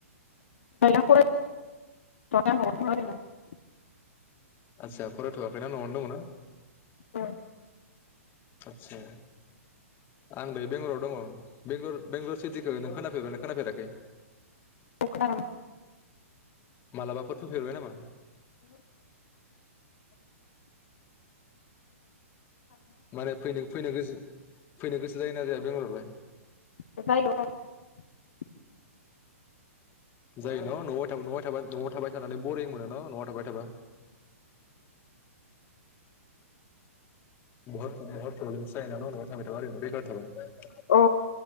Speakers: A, on the left (about 60°); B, on the left (about 25°).
A: <unintelligible>
B: आस्सा फरायथ'वाखैना न'आवनो दङना?
A: औ
B: आदसा आं बे बेंगलराव दङ बेंल बेंगलर सिटिखौ नों खोनाफेरबाय नों खोनाफेराखै?
A: अ खीनादों
B: मालाबाफोर फैफेरबाय नामा? माने फैनो फैनो गोसो? फैनो गोसो जायोना जाया बेंगलरलाय?
A: <unintelligible>
B: जायो न' न'आव थाबाय ' थाबा न'आव थाबाय थानानै बरिं मोनो न' न'आव थाबाय थाबा बहत बहुत प्रब्लेमस जायोनाल' न'आव थाबाय था ओरैनो बेखार थाबा।
A: औ